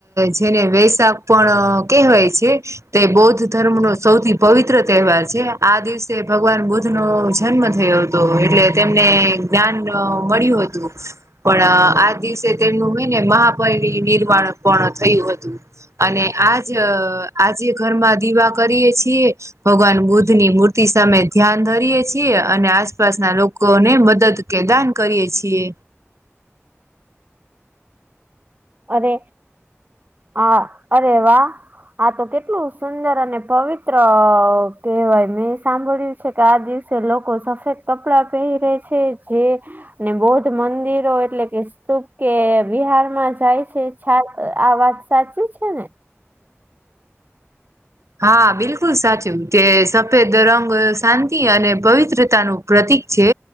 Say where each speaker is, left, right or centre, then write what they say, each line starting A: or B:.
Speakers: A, on the right; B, on the right.
A: જેને વૈશાખ પણ કે હોય છે. તે બૌદ્ધ ધર્મ નો સૌથી પવિત્ર તહેવાર છે, આ દિવસે ભગવાન બુદ્ધ નો જન્મ થયો હતો. તો એટલે તેમને જ્ઞાન મળ્યું હતું પણ આ દિવસે તેમનું મહિને મહાપર નિર્વાણ પણ થયું હતું અને આજ આજે ઘરમાં દીવા કરીએ છીએ ભગવાન બુદ્ધ ની મૂર્તિ સામે ધ્યાન ધરીયે છીએ, અને આસપાસના લોકોને મદદ કે દાન કરીએ છીએ.
B: અરે હ અવા આ તો કેટલું સુંદર અને પવિત્ર કેહેવાય મેં સાંભળ્યું કે આ દિવસે લોકો સફેદ કપડા પહેરીરે છે, જે ને બૌદ્ધ મંદિરો એટલે કે સ્તુપ કે બિહારમાં જાય છે છ આ વાત સાચી છે ને
A: હા બિલકુલ સાચું તે સફેદ રંગ શાંતિ અને પવિત્રતાનું પ્રતિક છે